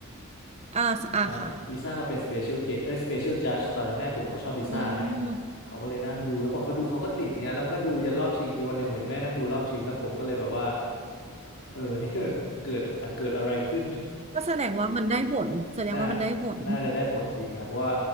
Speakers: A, on the right; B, on the left.
A: อ่าอ่าค่ะ
B: เอ่อลิซ่ามาเป็นสเปเชียลเกเอ้ยสเปเชียลจัดตอนนั้นแม่ผมเขาชอบลิซ่าไง
A: อืม
B: เขาก็เลยนั่งดูแล้วพอเขาดูเขาก็ติดอย่างเงี้ยแล้วมันก็ดูยันรอบชิงมีวันหนึ่งผมเห็นแม่นั่งดูรอบชิงแล้วผมก็เลยแบบว่า เออ นี่มันเกิดเกิดอะไรขึ้น
A: ก็แสดงว่ามันได้ผลแสดงว่ามันได้ผล
B: <laughs> น่าน่าจะได้ผลจริงครับเพราะว่า